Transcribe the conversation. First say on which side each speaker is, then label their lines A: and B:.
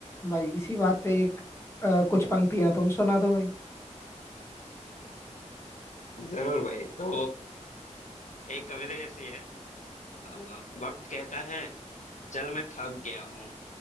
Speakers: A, on the left (about 20°); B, on the left (about 75°).
A: भाई इसी बात पे एक अ, कुछ पंक्तियां तुम सुना दो भाई
B: जरूर भाई तो एक कविता ऐसी है अ, वक्त कहता है चल मैं थक गया हूँ